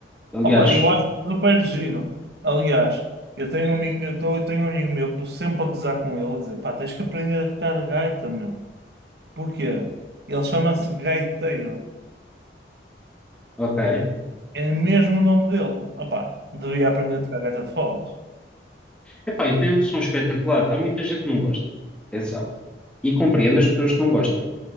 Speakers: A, in the centre; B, on the right.
A: Aliás,
B: Opa, eu acho super giro. Aliás, eu tenho um amigo, eu tô, eu tenho um amigo meu que estou sempre a gozar com ele a dizer, pá, tens que aprender a tocar gaita, meu. Porquê? Ele chama-se gaiteiro.
A: ok.
B: É mesmo o nome dele. Opá, devia aprender a tocar gaita de foles.
A: Epá, e tem um som espetacular. Há muita gente que não gosta. Atenção. E compreendo as pessoas que não gostam.